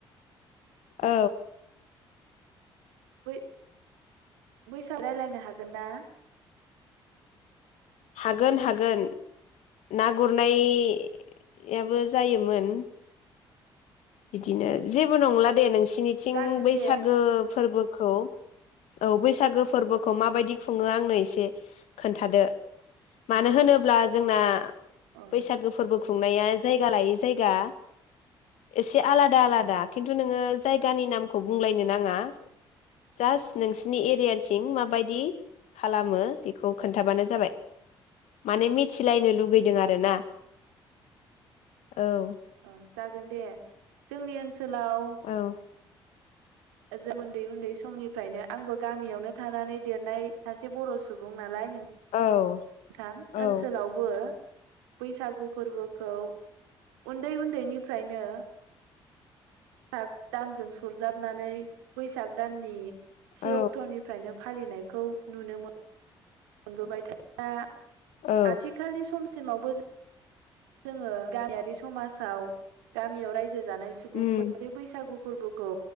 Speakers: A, on the left (about 65°); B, on the right (about 80°).
A: औ
B: बै बैसा रायलायनो हागोन ना?
A: हागोन हागोन ना गुरनायाबो जायोमोन। बिदिनो जेबो नंला। दे नोंसिनिथिं
B: जागोन
A: बैसागो
B: दे
A: फोरबोखौ औ बैसागो फोरबोखौ माबायदि खुङो आंनो एसे खोन्थादो मानो होनोब्ला जोंना
B: अ
A: बैसागो फोरबो खुंनाया जायगा लायै जायगा एसे आलादा आलादा खिन्थु नोङो जायगानि नामखौ बुंलायनो नाङा जास्ट नोंसिनि एरियाथिं माबायदि खालामो बेखौ खोन्थाबानो जाबाय माने मिथिलायनो लुुगै दों आरोना।
B: अ
A: औ।
B: अ जागोन दे जोंनि ओनसो सोलाव
A: औ
B: <unintelligible> उन्दै उन्दै समनिफ्रायनो आंबो गामियावनो थानानै देरनाय सासे बर' सुबुं नालाय नों
A: औ।
B: नोंथां
A: औ
B: ओनसोलावबो बैसागु फोरबोखौ उन्दै उन्दैनिफ्रायनो <unintelligible> दानजों सरजाबनानै बैसाग दाननि से
A: औ
B: अक्ट'निफ्रायनो फालिनायखौ नुनो मो मोनबोबाय <unintelligible>
A: औ
B: आथिखालनि समसि सिमावबो जोङो गामियारि समाजाव गामियाव रायजो जानाय सुबुंफोरा
A: उम
B: बे बैसागु फोरबोखौ